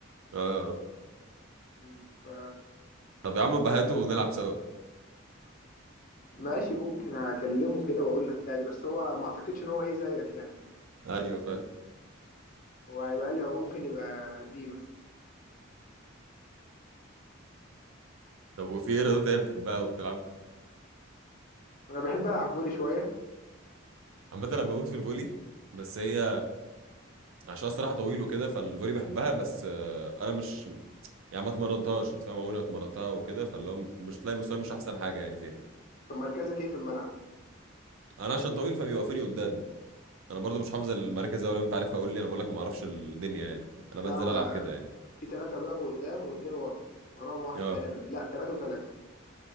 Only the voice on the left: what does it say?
امم ف
ماشي ممكن هكلمه كده واقول لك يعني بس هو ما اعتقدش ان هو ايه زيك يعني
هو هيبقى قال لي هو ممكن يبقى دي مثلا
انا بحب العب فولي شويه
طب مركزك ايه في الملعب
ده هو
في ثلاثه بيقفوا قدام واثنين ورا وراهم واحد
تاني غالبا لا ثلاثه وثلاثه